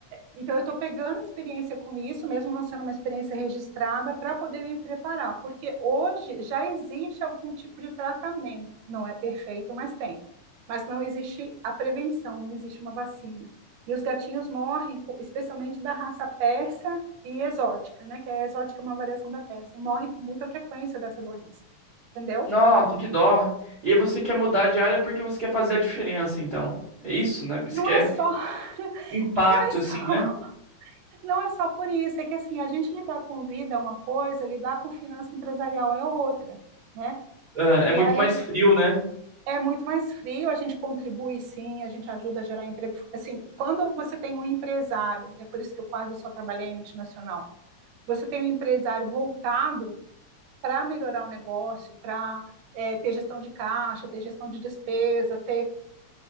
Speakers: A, on the right; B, on the right.
A: Então, eu estou pegando experiência com isso, mesmo não sendo uma experiência registrada, para poder me preparar, porque hoje já existe algum tipo de tratamento. Não é perfeito, mas tem. Mas não existe a prevenção, não existe uma vacina. E os gatinhos morrem, especialmente da raça persa e exótica, né? Que a exótica é uma variação da persa. Morre com muita frequência dessa doença, entendeu?
B: Nossa, que dó. E aí você quer mudar de área porque você quer fazer a diferença, então. É isso, né? Você
A: Não
B: quer
A: é só, <laughs>
B: impacto,
A: não é só
B: assim, né?
A: Não é só por isso, é que assim, a gente lidar com vida é uma coisa, lidar com finança empresarial é outra, né?
B: Ah, é
A: E
B: muito
A: aí
B: mais frio, né?
A: é muito mais frio, a gente contribui sim, a gente ajuda a gerar emprego. Assim, quando você tem um empresário, e é por isso que eu quase só trabalhei em multinacional, você tem um empresário voltado para melhorar o negócio, para é, ter gestão de caixa, ter gestão de despesa, ter